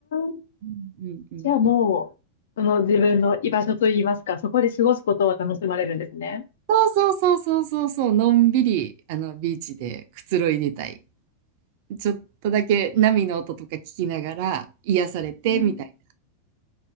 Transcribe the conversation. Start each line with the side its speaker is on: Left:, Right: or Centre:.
Left: ー、
Right: うんうんうん
Left: じゃあもう、その自分の居場所といいますか、そこで過ごすことを楽しまれるんですね。
Right: そうそうそうそうそうそう、のんびり、あの、ビーチでくつろいでたい。ちょっとだけ波の音とか聞きながら、癒されて、
Left: うん、
Right: みたい